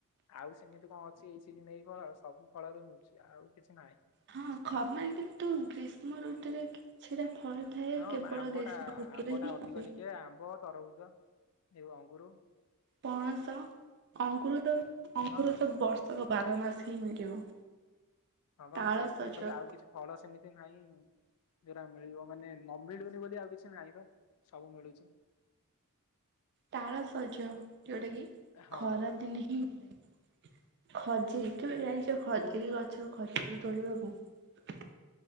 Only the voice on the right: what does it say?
ହଁ ଖମ କିନ୍ତୁ ଗ୍ରୀଷ୍ମ ଋତୁରେ କିଛିଟା ଫଳ ଥାଏ
କେବଳ
ଗ୍ରୀଷ୍ମ ଋତୁରେ
ହିଁ
ମିଳେ
ପଣସ ଅଙ୍କୁୁର
ଅଙ୍କୁର ତ ବର୍ଷକ ବାର ମାସ ହିଁ ମିଳିବ।
ତାଳସଜ
ତାରଶଜ ଯୋଉଟା କି
ଖରା ଦିନେ ହିଁ ମିଳେ ଖଜେଇ କେବେ ଯାଇଛ ଖଜ କେହି ଗଛର ଖର୍ଚ୍ଚ ବି ତୋଳିବା କ